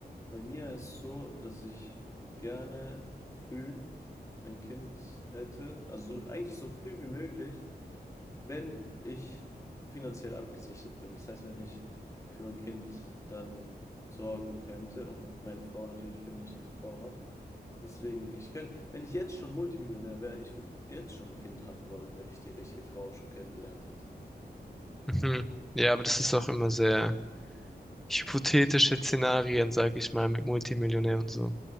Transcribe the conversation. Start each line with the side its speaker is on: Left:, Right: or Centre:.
Left: bei mir ist es so, dass ich gerne früh ein Kind hätte, also so- eigentlich so früh wie möglich, wenn ich finanziell abgesichert bin. Das heißt, wenn ich für mein Kind dann sorgen könnte und meine Frau natürlich, wenn ich eine Frau habe. Deswegen, ich könnte, wenn ich jetzt schon Multimillionär wäre, ich würde jetzt schon ein Kind haben wollen, wenn ich die richtige Frau schon kennengelernt hätte.
Centre: Mhm. Ja, aber das ist auch immer sehr hypothetische Szenarien, sag ich mal, mit Multimillionär und so.